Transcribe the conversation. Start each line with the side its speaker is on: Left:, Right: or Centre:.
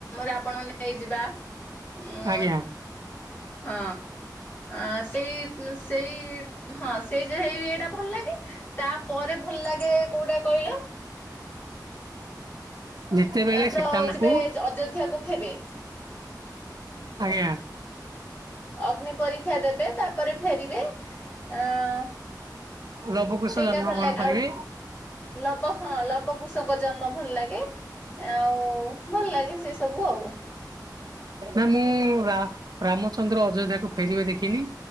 Left: ରାବଣ ନେଇଯିବା ଉଁ
Right: ଆଜ୍ଞା
Left: ହଁ। ଅଁ ସେଇ ସେଇ ହଁ ସେଇଯେ ହେଇ ଏଟା ଭଲ ଲାଗେ ତାପରେ ଭଲ ଲା ଆଗେ କୋଉଟା କହିଲ?
Right: ଯେତେବେଳେ
Left: ରାମଚ
Right: ସୀତାଙ୍କୁ
Left: ଆସିବେ ଯୋ ଅଯୋଧ୍ୟାକୁ ଫେରବେ।
Right: ଆଜ୍ଞା
Left: ଅଗ୍ନି ପରୀକ୍ଷା ଦେବେ ତାପରେ ଫେରିବେ ଅଁ
Right: ଲବକୁଶ
Left: ସେଇଟା
Right: ଜନ୍ମ
Left: ଭଲ
Right: ଗ୍ରହଣ
Left: ଲାଗେ
Right: କରିବେ
Left: ଆଉ, ଲବ ହଁ ଲବ କୁଶଙ୍କ ଜନ୍ମ ଭଲ ଲାଗେ, ଆଉ ଭଲ ଲାଗେ ସେ ସବୁ ଆଉ
Right: ନା ମୁଁ ରା ରାମଚନ୍ଦ୍ର ଅଯୋଧ୍ୟାକୁ ଫେରିବେ ଦେଖିନି